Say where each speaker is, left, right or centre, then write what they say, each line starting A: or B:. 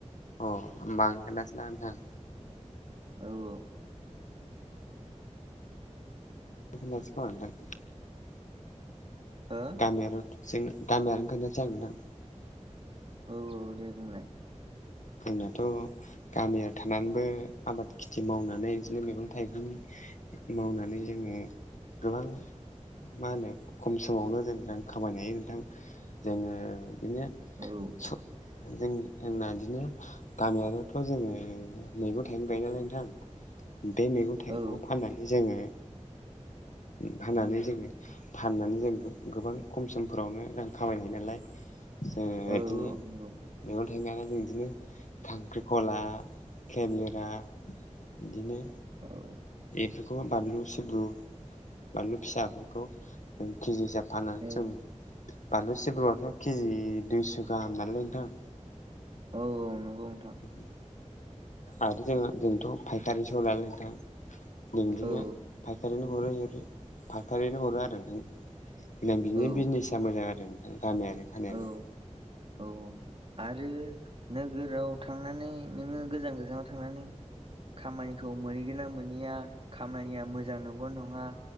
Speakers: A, on the left; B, on the right.
A: अ होमबा आं खोन्थासै ना नोंथां
B: औ औ
A: खोनथानोसै खोमा नोंथां।
B: हो
A: गामियारत जों गामियारिखौनो खोन्थानोसै आं नोंथां।
B: औ औ दे बुंलाय
A: जोंनाथ' गामियाव थानानैबो आबाद खेथि मावनानै बिदिनो मैगं थाइगंनि मावनानै जोङो गोबां मा होनो खम समावनो जों रां खामायनो हायो नोंथां जोङो बिदिनो
B: औ
A: स जों होननानै बिदिनो गामियारियावथ' जोङो मैगं थाइगं गायनायालाय नोंथां बे मैगं थाइगंखौ
B: औ
A: फाननानै जोङो
B: <inaudible>
A: फानानै जोङो फाननानै जों गोबां खम समफोरावनो रां खामायनो हायो नालाय। जोंङो
B: औ औ नंगौ
A: बिदिनो बिदिनो खांख्रिखला खेलिरा बिदिनो
B: औ
A: एथखौ बानलु सिबुरु बानलु फिसाफोरखौ जों केजि हिसाब फानानै
B: औ
A: जों बानलु सिब्रुआथ' केजि दुइस' गाहाम नालाय नोंथां
B: औ नंगौ नोंथां
A: बे आरो जोंहा जोंथ' फायखारि सो हरो नालाय नोंथां बिदिनो
B: औ
A: फायखारि हरै हरै फायखारिनो हरो आरो नोंथां बिनि
B: औ
A: बिजनेसा मोजां आरो गामियानो थानायानो
B: औ औ आरो नोगोराव थांनानै नोङो गोजान गोजानाव थांनानै खामानिखौ मोनहैगोन ना मोनहैया खामानिया मोजां नंगौ नङा